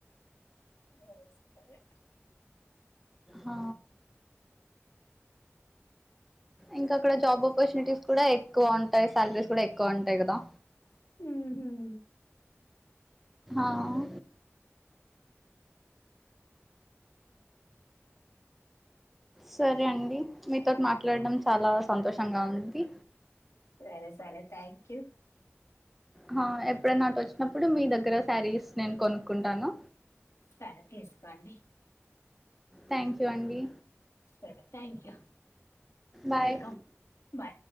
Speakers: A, on the left; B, in the centre.
A: సరే సరే.
B: ఆ ఇంకా అక్కడ జాబ్ ఆపర్చునిటీస్ కూడా ఎక్కువ ఉంటాయి సాలరీస్ కూడా ఎక్కువ ఉంటాయి కదా
A: ఉహుం.
B: ఆ సరే అండి మీతోటి మాట్లాడడం చాలా సంతోషంగా ఉంది
A: సరే సరే థ్యాంక్ యూ
B: హా ఎప్పుడైనా అటు వచ్చినప్పుడు మీ దగ్గర శారీస్ నేను కొనుక్కుంటాను
A: సరే తీసుకోండి
B: థ్యాంక్ యూ అండి
A: సరే thank you
B: bye
A: welcome bye